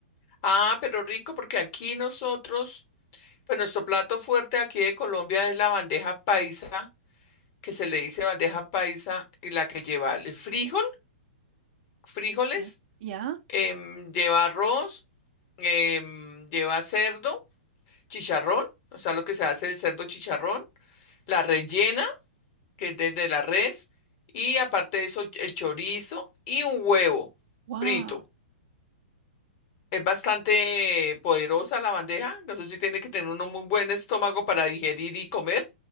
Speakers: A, on the left; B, on the right.
A: Ah, pero rico, porque aquí nosotros, pues nuestro plato fuerte aquí de Colombia es la bandeja paisa, que se le dice bandeja paisa, y la que lleva el frijol, frijoles,
B: Ya. ¿Ya?
A: em, lleva arroz, em, lleva cerdo, chicharrón, o sea, lo que se hace el cerdo chicharrón, la rellena, que es desde la res, y aparte de eso, el chorizo y un huevo
B: Wow,
A: frito. Es bastante poderosa la bandeja. No sé si tiene que tener uno muy buen estómago para digerir y comer,